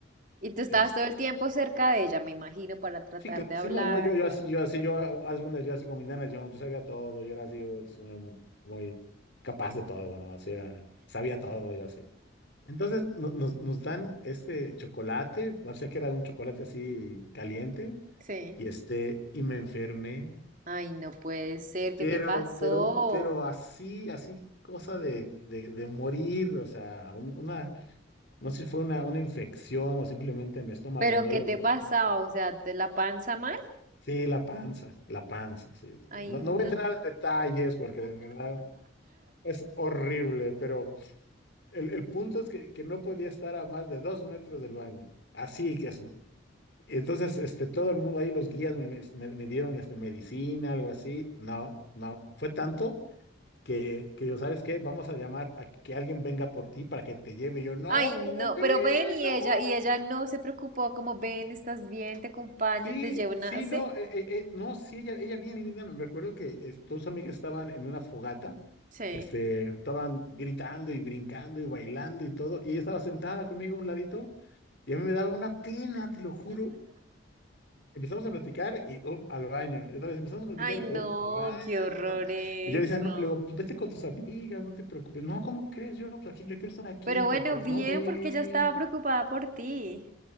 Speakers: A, on the right; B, on the left.
A: Y tú estabas
B: Este,
A: todo el tiempo cerca de ella, me imagino, para tratar
B: sí, que,
A: de
B: sí,
A: hablar
B: no, no, yo,
A: y
B: yo
A: tal.
B: así, yo así, yo, haz una, yo así como Indiana Jones, yo sabía todo, yo era así, uts, muy capaz de todo, ¿no? Así era, sabía todo, yo así. Entonces no- nos, nos dan este chocolate, parecía que era un chocolate así caliente,
A: Sí.
B: y este, y me enfermé,
A: Ay, no puede ser,
B: pero,
A: ¿qué te pasó?
B: pero, pero así, así cosa de, de, de morir, o sea, un- una, no sé si fue una, una infección o simplemente mi estómago
A: ¿Pero
B: no
A: qué
B: le
A: te
B: gustó.
A: pasaba? O sea, ¿te la panza mal?
B: Sí, la panza, la panza, sí,
A: Ay,
B: sí. No,
A: no.
B: no voy a entrar en detalles porque de verdad es horrible, pero el, el punto es que, que no podía estar a más de dos metros del baño, así que así. Entonces, este, todo el mundo, ahí los guías me, me- me dieron este, medicina, algo así. No, no, fue tanto que, que yo, ¿sabes qué? Vamos a llamar a que alguien venga por ti para que te lleve. Yo, no,
A: Ay, no.
B: ¿cómo crees?
A: Pero ven y
B: No.
A: ella, y ella no se preocupó, como ven, estás bien, te acompaño,
B: Sí,
A: te llevo una.
B: sí,
A: ¿Sí?
B: no, eh, eh, eh, no, sí, ella, ella bien linda. Me me acuerdo que eh, tus amigas estaban en una fogata,
A: Sí.
B: este, estaban gritando y brincando y bailando y todo, y ella estaba sentada conmigo a un ladito, y a mí me daba una pena, te lo juro. Empezamos a platicar y up al baño. Y otra vez empezamos a platicar
A: Ay,
B: y
A: no,
B: up al baño,
A: qué horror
B: ¿no?
A: eso.
B: Y yo le decía, no, le digo, pues vete con tus amigas, no te preocupes. No, ¿cómo crees? Yo, pues aquí, yo quiero estar aquí,
A: Pero
B: platicando.
A: bueno, bien,
B: No ve.
A: porque yo estaba preocupada por ti.